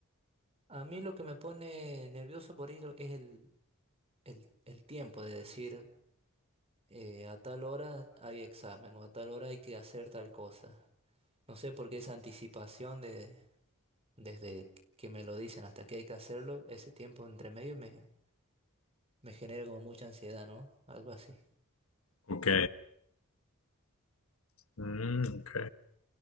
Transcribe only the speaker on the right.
A mí lo que me pone nervioso por ir es el, el, el tiempo de decir, eh, a tal hora hay examen o a tal hora hay que hacer tal cosa. No sé por qué esa anticipación de, desde que me lo dicen hasta que hay que hacerlo, ese tiempo entre medio me, me genera como mucha ansiedad, ¿no? Algo así.